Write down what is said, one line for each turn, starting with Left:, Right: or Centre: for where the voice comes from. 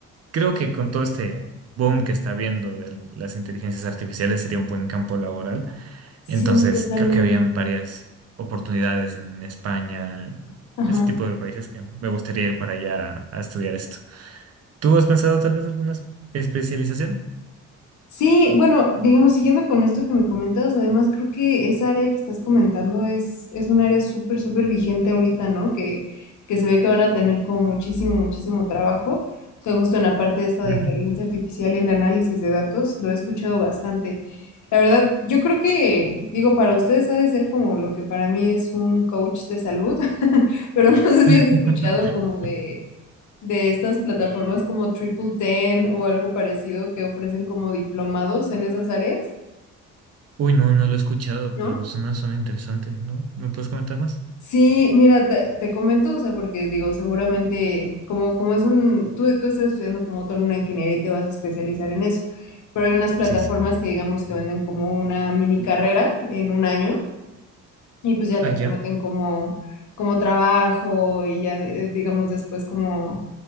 Right: Creo que con todo este boom que está habiendo de las inteligencias artificiales sería un buen campo laboral.
Left: Sí,
Right: Entonces,
Left: totalmente.
Right: creo que habían varias oportunidades en España, en
Left: ajá
Right: ese tipo de países que me gustaría ir para allá a estudiar esto. ¿Tú has pensado tal vez alguna es- especialización?
Left: Sí, bueno, digamos, siguiendo con esto que me comentas, además creo que esa área que estás comentando es, es un área súper, súper vigente ahorita, ¿no? Que, que se ve que van a tener como muchísimo, muchísimo trabajo. O sea, justo en la parte esta
Right: Ujú.
Left: de inteligencia artificial y el análisis de datos, lo he escuchado bastante. La verdad, yo creo que, digo, para ustedes ha de ser como lo que para mí es un coach de salud, <laughs> pero no sé si
Right: <laughs>
Left: has escuchado como de de estas plataformas como Triple Ten o algo parecido que ofrecen como diplomados en esas áreas,
Right: Uy, no, no lo he escuchado,
Left: ¿no?
Right: pero suena, suena interesante, ¿no? ¿Me puedes comentar más?
Left: Sí, mira, te, te comento, o sea, porque digo, seguramente, como, como es un, tú, tú estás estudiando como tal una ingeniería y te vas a especializar en eso, pero hay unas plataformas
Right: Sí, sí.
Left: que digamos que venden como una mini carrera en un año y pues ya
Right: Ah,
Left: te
Right: ya.
Left: prometen como, como trabajo y ya eh, digamos después como,